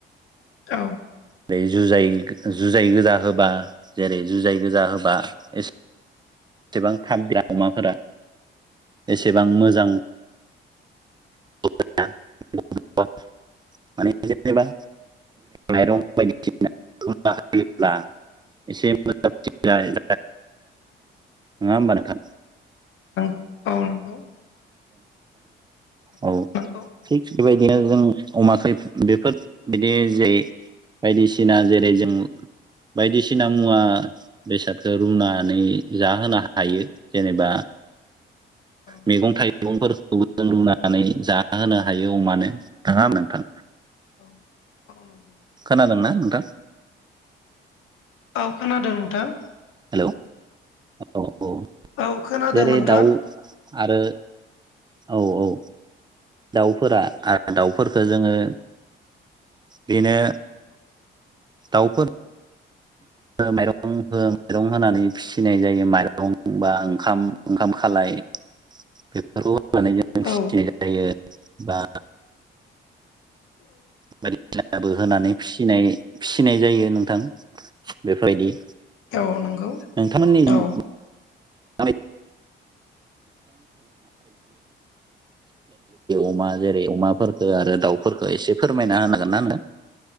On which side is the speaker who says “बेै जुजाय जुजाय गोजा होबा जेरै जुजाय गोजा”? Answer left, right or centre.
Right